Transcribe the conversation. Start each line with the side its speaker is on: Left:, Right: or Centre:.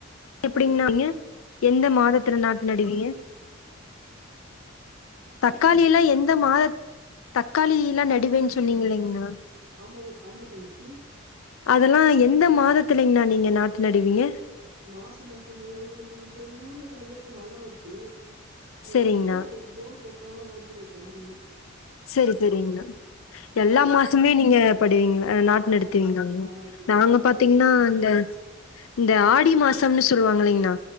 Left: எப்டிண்ணா
Right: ஹலோ
Left: இருக்கீங்க மாதத்தில நாட்டு நடுவீங்க தக்காளியில்லா
Right: புரியல
Left: எந்த மாதத் தக்காளி எல்லா
Right: <unintelligible>
Left: நடுவேன்னு சொன்னீங்க இல்லைங்ண்ணா
Right: ஆமா ஆமா தங்கச்சி
Left: அதெல்லா எந்த மாதத்துலிங்ண்ணா நீங்க நாட்டு நடுவீங்க
Right: மாசோ மாசோ எங்க எங்க ஊர்ல நெறைய மழ வருது நா
Left: சரிங்கண்ணா.
Right: போர் போர் போட்டாதா வந்துரு கண்ணி
Left: செரி செரிங்ண்ணா எல்லா மாசமே நீங்க படுவீங் நாட்டு
Right: ஆமா
Left: நடத்துவீங்களாங்க
Right: ஆமா ஆமா ப்ரோ
Left: நாங்க பாத்தீங்ன்னா
Right: எங்கள
Left: இந்த இந்த ஆடி மாசம்னு சொல்லுவாங்கலிங்ண்ணா